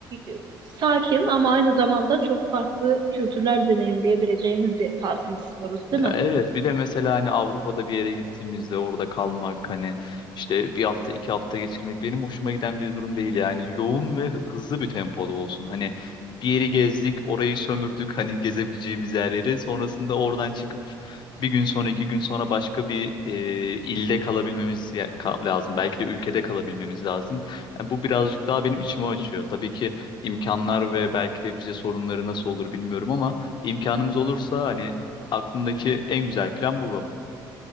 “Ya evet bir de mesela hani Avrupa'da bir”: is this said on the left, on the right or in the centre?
Left